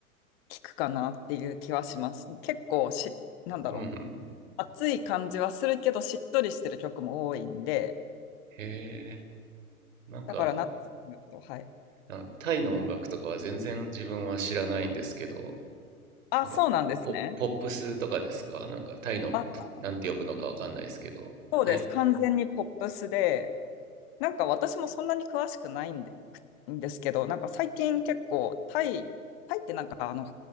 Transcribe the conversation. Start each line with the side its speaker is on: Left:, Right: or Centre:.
Left: 聞くかなっていう気はします。結構し、なんだろう。
Right: うんうん。
Left: 暑い感じはするけどしっとりしてる曲も多いんで、
Right: へえ。なんか、
Left: だから夏になると、はい。
Right: あタイの音楽とかは全然自分は知らないんですけど、
Left: あ、
Right: なんかポ、
Left: そうなんですね。
Right: ポップスとかですかなんかタイの、
Left: あ、
Right: なんて呼ぶのかわかんないですけど。
Left: そうです。
Right: タイ。
Left: 完全にポップスで、
Right: うん
Left: なんか私もそんなに詳しくないんで、くんですけど、なんか最近結構タイ、タイってなんかあの、